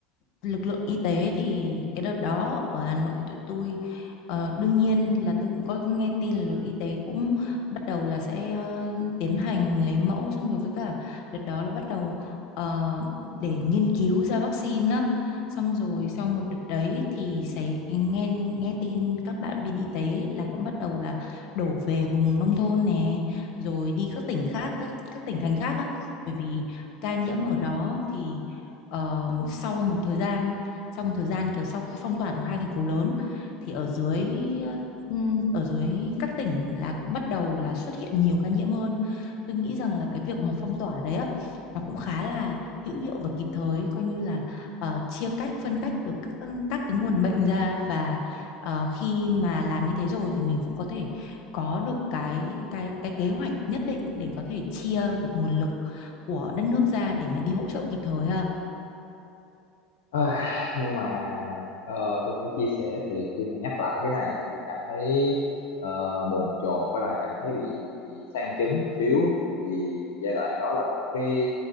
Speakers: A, on the left; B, on the left.
A: lực lượng y tế thì cái đợt đó ở Hà Nội tụi tôi ờ, đương nhiên là tôi cũng có nghe tin là lực lượng y tế cũng bắt đầu là sẽ ờ, tiến hành lấy mẫu xong rồi với cả đợt đó là bắt đầu ờ, để nghiên cứu ra vaccine á xong rồi sau một đợt đấy thì sẽ nghe nghe tin các bạn bên y tế là cũng bắt đầu là đổ về vùng nông thôn nè rồi đi các tỉnh khác các, các tỉnh thành khác á bởi vì ca nhiễm ở đó thì Ờ, sau một thời gian sau một thời gian kiểu sau khi phong tỏa ở hai thành phố lớn thì ở dưới ừm, ở dưới các tỉnh là cũng bắt đầu là xuất hiện nhiều ca nhiễm hơn tôi nghĩ rằng là cái việc mà phong tỏa đấy á nó cũng khá là hữu hiệu và kịp thời coi như là ờ, chia cách phân cách được các, các cái nguồn bệnh ra và ờ, khi mà làm như thế rồi thì mình cũng có thể có được cái cái cái kế hoạch nhất định để có thể chia được nguồn lực của đất nước ra để mà đi hỗ trợ kịp thời ha
B: Ôi, nhưng mà ờ, tôi phải chia sẻ thiệt khi mà nhắc lại cái này tôi cảm thấy ờ, bồn chồn với lại cảm thấy bị bị, bị sang chấn xíu vì giai đoạn đó là kiểu cái